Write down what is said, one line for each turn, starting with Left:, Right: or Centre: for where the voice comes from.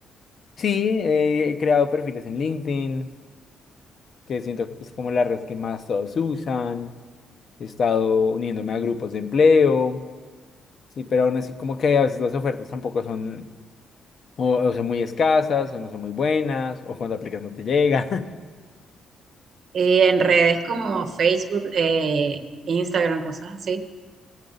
Left: sí, eh, he creado perfiles en LinkedIn, que siento que es como la red que más todos usan. He estado uniéndome a grupos de empleo, sí, pero aún así como que a veces las ofertas tampoco son o, o son muy escasas o no son muy buenas o cuando aplicas no te llega. <laughs>
Right: Y en redes como Facebook, eh, Instagram, cosas así.